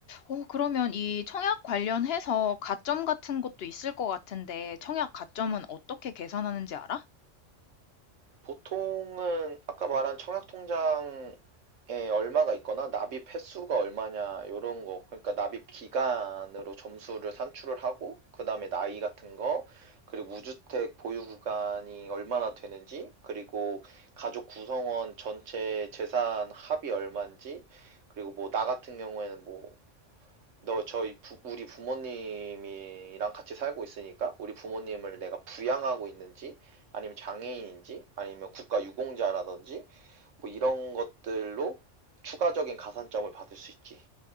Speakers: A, on the left; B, on the right.
A: 어, 그러면 이 청약 관련해서 가점 같은 것도 있을 것 같은데 청약 가점은 어떻게 계산하는지 알아?
B: 보통은 아까 말한 청약통장에 얼마가 있거나 납입 횟수가 얼마냐 이런거 그러니까 납입 기간으로 점수를 산출을 하고 그다음에 나이 같은 거 그리고 무주택 보유 구간이 얼마나 되는지 그리고 가족 구성원 전체 재산 합이 얼마인지 그리고 뭐 나 같은 경우에는 뭐 너 저희 부- 우리 부모님이랑 같이 살고 있으니까 우리 부모님을 내가 부양하고 있는지 아니면 장애인인지 아니면 국가 유공자라든지 뭐 이런 것들로 추가적인 가산점을 받을 수 있지.